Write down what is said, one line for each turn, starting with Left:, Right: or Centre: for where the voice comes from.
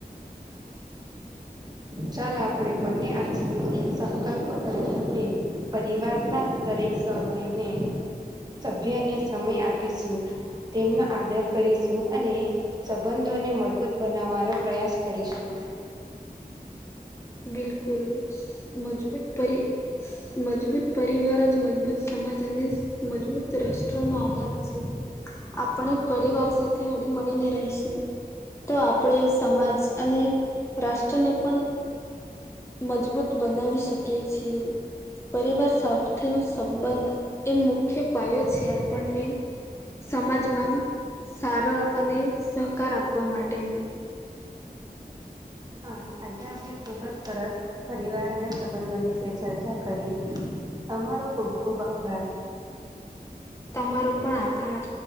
Right: ચાલ આપણે બંને આચએ, સંકલ્પ કરીએ કે પરિવારના દરેક સમયને, સભ્યને સમય આપીશું, તેમનો આદર કરીશું. અને સંબંધોને મજબૂત બનાવવાનો પ્રયાસ કરીશું,
Left: બિલકુલ મજબૂત પરિચય, મજબૂત પરિવાર, જ મજબૂત સમાજ, અને મજબૂત રાષ્ટ્રમાં આધાર છે, આપ આપણે પરિવાર સાથે હળી મળીને રહીશું, તો આપણે સમાજ અને રાષ્ટ્રને પણ મજબૂત બનાવી શકે છીએ, પરિવાર સાથેનો સંબંધ એ મુખ્ય પાયો છે, આપણને સમાજમાં સારા અને સહકાર આપવા માટેનું
Right: હા, આજે આપણે ખૂબ જ સરસ. પરિવાર અને સંબંધો વિશે ચર્ચા કરી તમારો ખૂબ ખુબ આભાર,
Left: તમારો પણ આભાર,